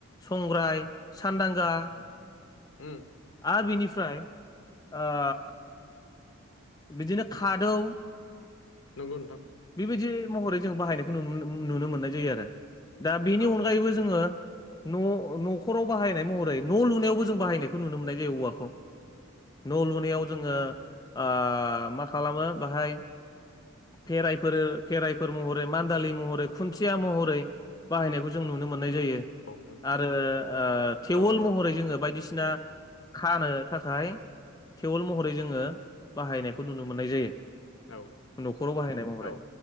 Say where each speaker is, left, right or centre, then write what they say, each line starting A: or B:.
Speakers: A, on the left; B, on the left.
A: संग्राय सानदांगा
B: उम उम
A: आरो बिनिफ्राय आ बिदिनो खादौ
B: नंगौ नोंथां।
A: बेबायदि महरै जों बाहायनायखौ नुनो नुनो मोननाय जायो आरो। दा
B: औ
A: बेनि अनगायैबो जोंङो न' न'खराव बाहायनाय महरै न' लुनायावबो जों बाहायनायखौ नुनो मोननाय जायो औवाखौ। न' लुनायाव जोंङो आ मा खालामो बाहाय खेरायफोर खेराइफोर महरै, मान्दालि महरै, खुन्थिया महरै बाहायनायखौ जों नुनो मोननाय जायो।
B: नोंथां
A: आरो ओ थेवल
B: औ औ
A: महरै जोङो बायदिसि ना खानो थाखाय थेवल महरै जोङो बाहायनायखौ नुनो मोननाय जायो
B: औ
A: न'खराव बाहायनाय महरै
B: औ